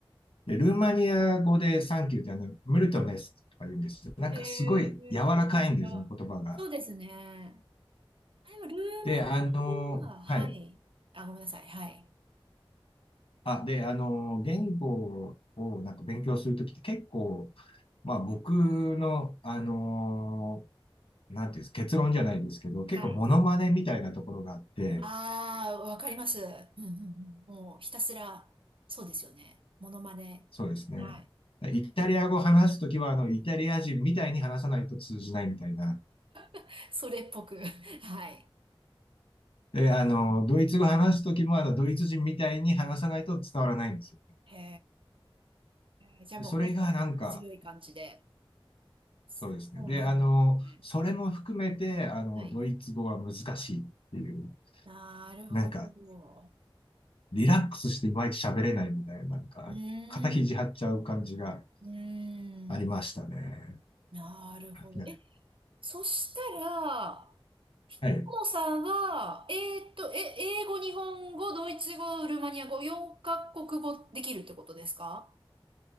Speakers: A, on the left; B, on the right.
A: で、ルーマニア語でサンキューってあの、ムルトメスとか言うんですよ。なんかすごい柔らかいんですよね、
B: へえ、全然違う。
A: 言葉が。
B: そうですね。あでもルーマ
A: で、あの、
B: ニアは、
A: はい。
B: はい。あ、ごめんなさい。はい。
A: あ、で、あの、言語をなんか勉強するときって結構、まあ僕の、あの、なんていうんです、結論じゃないですけど、結構モノマネみたいなところがあって、
B: はい。ああ、わかります。うんうんうん。もうひたすら、そうですよね。モノマネ。
A: そうですね。
B: はい。
A: イタリア語話すときは、あの、イタリア人みたいに話さないと通じないみたいな、
B: <laughs> それっぽく。<laughs> はい。
A: で、あの、
B: うん
A: ドイツ語話すときも、あの、ドイツ人みたいに話さないと伝わらないんですよ。
B: へえ。じゃあもう結構こう強い感じで。
A: でそれがなんか、
B: そこなんですね。
A: そうですね。で、あの、それも含めて、あの、
B: はい。
A: ドイツ語は難しいっていう、
B: なるほど。
A: なんか、リラックスしていまいち喋れないみたいな、なんか、
B: うーん。
A: 肩肘張っちゃう感じが
B: うーん。
A: ありましたね。
B: なるほど。
A: ね
B: え、そしたら、
A: はい。
B: ももさんは、えーっと、え、英語、日本語、ドイツ語、ルーマニア語、4カ国語できるってことですか